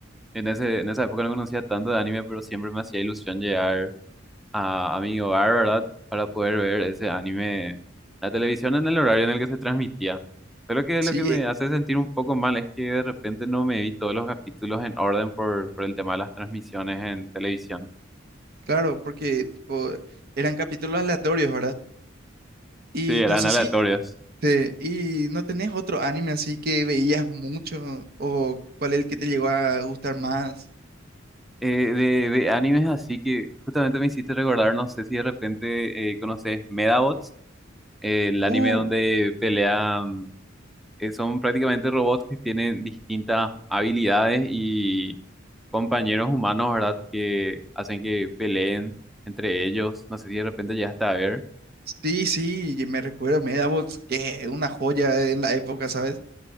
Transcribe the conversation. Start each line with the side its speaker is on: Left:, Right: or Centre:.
Centre: En ese, en esa época no conocía tanto de anime, pero siempre me hacía ilusión llegar a, a mi hogar, ¿verdad? Para poder ver ese anime, la televisión en el horario en el que se transmitía. Pero que
Right: Sí,
Centre: lo que me hace sentir un poco mal es que de repente no me vi todos los capítulos en orden por, por el tema de las transmisiones en televisión.
Right: Claro, porque tipo eran capítulos aleatorios, ¿verdad? Y
Centre: Sí, eran
Right: no sé
Centre: aleatorias.
Right: si te, y no tenés otro anime así que veías mucho o cuál es el que te llegó a gustar más.
Centre: Eh, de, de animes así que justamente me hiciste recordar, no sé si de repente eh, conoces Medabots, eh, el anime
Right: Uh,
Centre: donde pelean, eh, son prácticamente robots que tienen distintas habilidades y compañeros humanos, ¿verdad? Que hacen que peleen entre ellos. No sé si de repente llegaste a ver.
Right: sí, sí, y me recuerdo Medabots, que una joya en la época, ¿sabes?